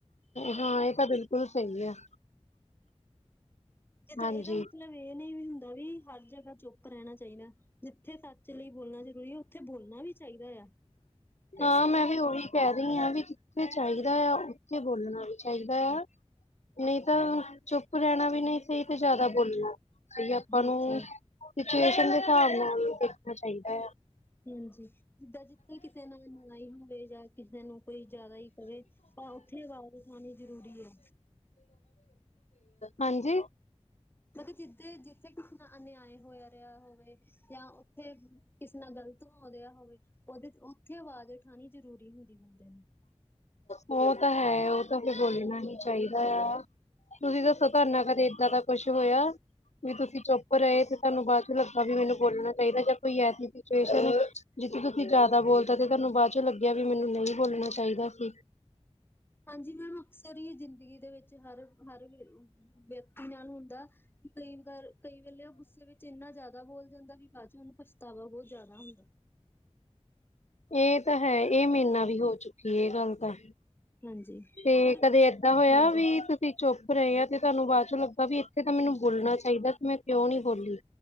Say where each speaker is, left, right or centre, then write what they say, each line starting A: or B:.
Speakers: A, on the left; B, on the left.
A: ਹਾਂ ਇਹ ਤਾਂ ਬਿਲਕੁਲ ਸਹੀ ਹੈ।
B: ਜਿੱਦਾਂ
A: ਹਾਂਜੀ
B: ਇਹਦਾ ਮਤਲਬ ਇਹ ਨਹੀਂ ਵੀ ਹੁੰਦਾ ਵੀ ਹਰ ਜਗ੍ਹਾ ਚੁੱਪ ਰਹਿਣਾ ਚਾਹੀਦਾ ਜਿਦਾ ਜਿੱਥੇ ਸੱਚ ਲਈ ਬੋਲਣਾ ਜ਼ਰੂਰੀ ਹੈ ਉੱਥੇ ਬੋਲਣਾ ਵੀ ਚਾਹੀਦਾ ਆ। ਸਹੀ
A: ਹਾਂ
B: ਗੱਲ
A: ਮੈਂ
B: ਹੈ ਨਾ
A: ਵੀ ਉਹੀ ਕਹਿ ਰਹੀ ਹਾਂ ਵੀ ਜਿੱਥੇ ਚਾਹੀਦਾ ਆ ਉੱਥੇ ਬੋਲਣਾ ਵੀ ਚਾਹੀਦਾ ਆ। ਨਹੀਂ ਤਾਂ ਚੁੱਪ ਰਹਿਣਾ ਵੀ ਨਹੀਂ ਸਹੀ ਤੇ ਜ਼ਿਆਦਾ ਬੋਲਣਾ ਸੀ ਆਪਾਂ
B: ਹਾਂਜੀ
A: ਨੂੰ ਸਿਚੁਏਸ਼ਨ ਦੇ ਹਿਸਾਬ ਨਾਲ ਦੇਖਣਾ ਚਾਹੀਦਾ ਆ
B: ਹਾਂਜੀ। ਜਿੱਦਾਂ ਜਿੱਥਾਂ ਕਿਸੇ ਨਾਲ ਨਈ ਹੋਵੇ ਜਾਂ ਕਿਸੇ ਨੂੰ ਕੋਈ ਜ਼ਿਆਦਾ ਹੀ ਕਵੇ ਤਾਂ ਉੱਥੇ ਹੀ ਆਵਾਜ ਉਠਾਣੀ ਜ਼ਰੂਰੀ ਹੈ।
A: ਹਾਂਜੀ।
B: ਮਤਲਬ ਜਿੱਦ ਜਿੱਥੇ ਕਿਸ ਅਨਿਆਏ ਹੋਇਆ ਰਿਹਾ ਹੋਵੇ ਜਾਂ ਉੱਥੇ ਕਿਸੇ ਨਾਲ ਗ਼ਲਤ ਹੋ ਰਿਹਾ ਹੋਵੇ ਉਹ ਉੱਥੇ ਆਵਾਜ਼ ਉਠਾਉਣੀ ਜ਼ਰੂਰੀ ਹੁੰਦੀ ਬੰਦੇ ਨੂੰ।
A: ਉਹ ਤਾਂ ਹੈ ਉਹ ਤਾਂ ਫਿਰ ਬੋਲਣਾ ਹੀ ਚਾਹੀਦਾ ਆ। ਤੁਸੀਂ ਦੱਸੋ ਤੁਹਾਡਾ ਕਦੇ ਏਦਾਂ ਦਾ ਕੁਛ ਹੋਇਆ ਵੀ ਤੁਸੀਂ ਚੁੱਪ ਰਹੇ ਤੇ ਤੁਹਾਨੂੰ ਬਾਅਦ ਲੱਗਾ ਵੀ ਮੈਨੂੰ ਬੋਲਣਾ ਚਾਹੀਦਾ ਜਾਂ ਕੋਈ ਐ ਸਿਚੁਏਸ਼ਨ ਜਿੱਥੇ ਤੁਸੀਂ ਜ਼ਿਆਦਾ ਬੋਲਦੇ ਤੇ ਤੁਹਾਨੂੰ ਬਾਅਦ ਚੋਂ ਲੱਗਿਆ ਵੀ ਮੈਨੂੰ ਨਹੀਂ ਬੋਲਣਾ ਚਾਹੀਦਾ ਸੀ।
B: ਹਾਂਜੀ ਮੈਮ ਅਕਸਰ ਹੀ ਜ਼ਿੰਦਗੀ ਦੇ ਵਿੱਚ ਹਰ ਹਰ ਵਿਅਕਤੀ ਨਾਲ ਹੁੰਦਾ। ਕਈ ਵਾਰ ਕਈ ਵੇਲੇ ਉਹ ਗੁੱਸੇ ਵਿੱਚ ਇੰਨਾ ਜ਼ਿਆਦਾ ਬੋਲ ਜਾਂਦਾ ਵੀ ਬਾਅਦ ਚ ਉਹਨ ਪਛਤਾਵਾ ਬਹੁਤ ਜ਼ਿਆਦਾ ਹੁੰਦਾ।
A: ਇਹ ਤਾਂ ਹੈ। ਇਹ ਮੇਨਾ ਵੀ ਹੋ ਚੁੱਕੀ ਇਹ ਗੱਲ ਤਾਂ।
B: ਹਾਂਜੀ
A: ਤੇ
B: ਪਰ
A: ਕਦੇ ਏਦਾਂ ਹੋਇਆ
B: ਹਾਂਜੀ
A: ਵੀ ਸੀਂ ਚੁੱਪ ਰਹੇ ਆਾਂ ਤੇ ਤੁਹਾਨੂੰ ਬਾਅਦ ਚੋਂ ਲੱਗਦਾ ਵੀ ਇੱਥੇ ਤਾਂ ਮੈਨੂੰ ਬੋਲਣਾ ਚਾਹੀਦਾ ਤੇ ਮੈਂ ਕਿਉਂ ਨੀ ਬੋਲੀ